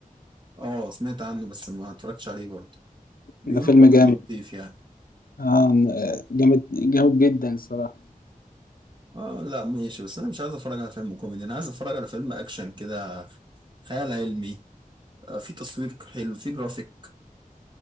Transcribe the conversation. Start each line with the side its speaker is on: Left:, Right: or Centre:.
Right: اه سمعت عنه بس ما اتفرجتش عليه برضه بيقولوا
Left: ده فيلم
Right: عجبك كوميدي
Left: جامد
Right: لطيف يعني
Left: آه، جامد جامد جدا الصراحة
Right: اه لا ماشي بس انا مش عايز اتفرج على فيلم كوميدي انا عايز اتفرج على فيلم اكشن كده خيال علمي آه في تصوير حلو في جرافيك